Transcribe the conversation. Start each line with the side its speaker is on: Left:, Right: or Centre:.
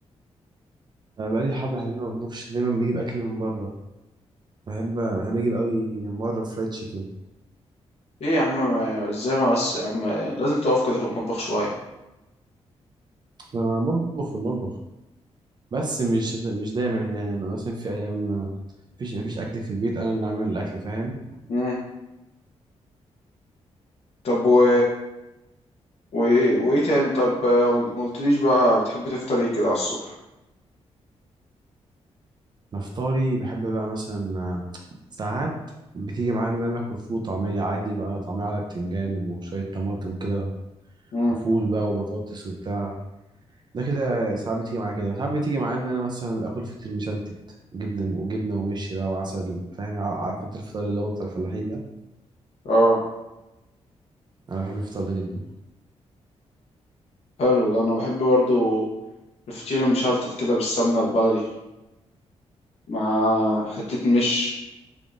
Right: أنا بقالي حبة حلوين ما بطبخش دايما بجيب أكل من بره بحب بحب أجيب أوي من بره فرايد تشيكن
Left: ايه يا عم ما- ازاي ما بس يا عم لازم تقف كده في المطبخ شوية
Right: أنا بطبخ في المطبخ بس مش مش دايما يعني لما مثلا في ايام ما فيش ما فيش اكل في البيت انا اللي عامل الاكل فاهم
Left: مم. طب و وايه وايه تاني طب آه، ما قلتليش بقى بتحب تفطر ايه كده على الصبح
Right: نفطاري بحب بقى مثلا آه، ساعات بتيجي معايا ان انا اكل فول وطعميه عادي بقى طعميه على بتنجان وشويه طماطم كده
Left: امم
Right: وفول بقى وبطاطس وبتاع ده كده ساعات بتيجي معايا كده وساعات بتيجي معايا ان انا مثلا اكل فطير مشلتت جبنه وجبنه ومش بقى وعسل فاهم ع- عارف انت الفطار اللي هو بتاع الفلاحين ده
Left: اه
Right: انا بحب الفطار ده جدا
Left: حلو ده انا بحب برضو الفطير المشلتت كده بالسمنه البلدي مع حته مش